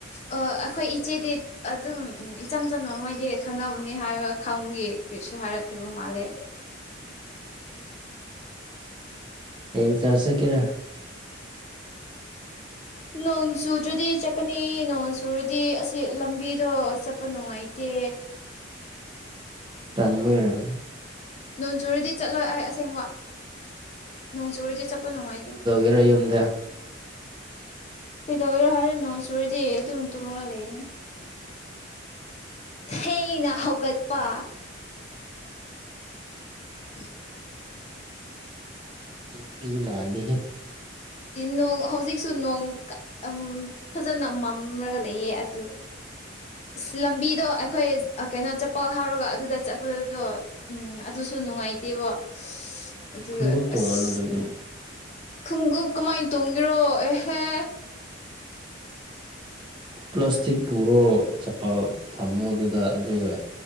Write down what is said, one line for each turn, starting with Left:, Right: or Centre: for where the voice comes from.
Left: ꯑꯥ ꯑꯩꯈꯣꯏ ꯏꯆꯦꯗꯤ ꯑꯗꯨꯝ ꯏꯆꯝ ꯆꯝꯅ ꯃꯣꯏꯗꯤ ꯈꯪꯅꯕꯅꯤ ꯍꯥꯏꯕ ꯈꯪꯕꯒꯤ ꯀꯩꯁꯨ ꯍꯥꯏꯔꯛꯇꯕ ꯃꯥꯜꯂꯦ
Right: ꯌꯦꯡ ꯆ꯭ꯔꯁ ꯆꯠꯀꯦꯔꯥ
Left: ꯅꯣꯟ ꯆꯨꯗ꯭ꯔꯥꯗꯤ ꯆꯠꯀꯅꯤ ꯅꯣꯟ ꯆꯨꯔꯗꯤ ꯑꯁꯤ ꯂꯝꯕꯤꯗꯣ ꯆꯠꯄ ꯅꯨꯡꯉꯥꯏꯇꯦ
Right: ꯇꯥꯟꯕꯩ ꯑꯣꯏꯔꯝ
Left: ꯅꯣꯡ ꯆꯨꯔꯤꯗꯤ ꯆꯠꯂꯣꯏ ꯑꯩ ꯑꯁꯦꯡꯕ ꯅꯣꯡ ꯆꯨꯔꯤꯗꯤ ꯆꯠꯄ ꯅꯨꯡꯉꯥꯏ
Right: ꯀꯔ ꯌꯨꯝꯗ
Left: ꯀꯩꯗꯧꯔꯦ ꯍꯥꯏꯔꯦ ꯅꯣꯟ ꯆꯨꯔꯗꯤ ꯑꯗꯨꯝ ꯇꯨꯝꯃꯒ ꯂꯩꯅꯤ ꯊꯦꯡꯅ ꯍꯧꯒꯠꯄ <inaudible>
Right: ꯆꯨꯄꯤ ꯃꯥꯥꯟꯗꯦꯍꯦ
Left: ꯅꯣꯡ ꯍꯧꯖꯤꯛꯁꯨ ꯅꯣꯡ ꯑꯝ ꯐꯖꯅ ꯃꯝꯔꯒ ꯂꯩꯌꯦ ꯑꯗꯨ ꯑꯁ ꯂꯝꯕꯤꯗꯣ ꯑꯩꯈꯣꯏ ꯀꯩꯅꯣ ꯆꯠꯄ ꯍꯥꯎꯔꯒ ꯑꯗꯨꯗ <unintelligible> ꯎꯝ ꯑꯗꯨꯁꯨ ꯅꯨꯡꯉꯥꯏꯇꯦꯕ ꯑꯗꯨ
Right: ꯈꯣꯡꯎꯞ ꯇꯣꯡꯉꯅꯨ
Left: ꯑꯁ
Right: ꯑꯗꯨꯗꯤ
Left: ꯈꯣꯡꯒꯨꯞ ꯀꯃꯥꯏꯅ ꯇꯣꯡꯒꯦꯔꯣ ꯑꯦꯍꯦ
Right: ꯄ꯭ꯂꯥꯁꯇꯤꯛ ꯄꯨꯔꯣ ꯆꯄꯜ ꯊꯝꯃꯣ ꯑꯗꯨꯗ ꯑꯗꯨꯒ